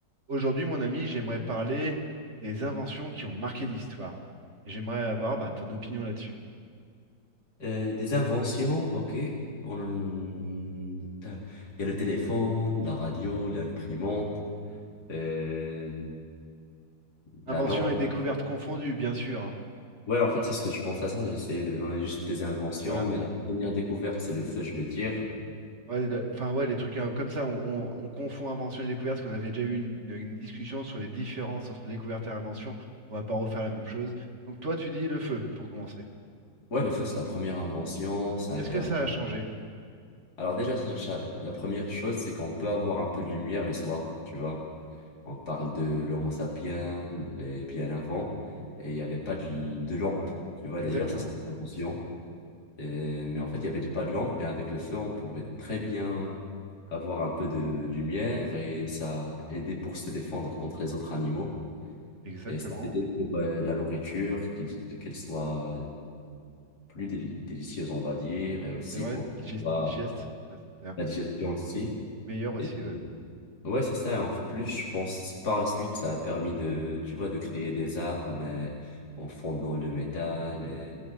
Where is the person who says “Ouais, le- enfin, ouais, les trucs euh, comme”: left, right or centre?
Right